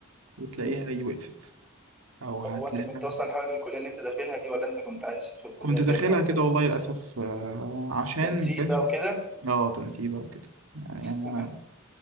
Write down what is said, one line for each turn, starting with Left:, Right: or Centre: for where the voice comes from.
Right: وتلاقيها
Centre: مم.
Right: هي وقفت او هتلاقيها
Centre: طب هو انت كنت اصلا حابب الكلية اللي انت داخلها دي ولا انت كنت عايز تدخل كلية
Right: كنت
Centre: غيرها
Right: داخلها
Centre: ولا
Right: كده
Centre: ايه؟
Right: والله للاسف آه، عشان
Centre: تنسيق
Right: ما كانش
Centre: بقى
Right: في-
Centre: وكده
Right: اه تنسيبها وكده يعني انا
Centre: <laughs>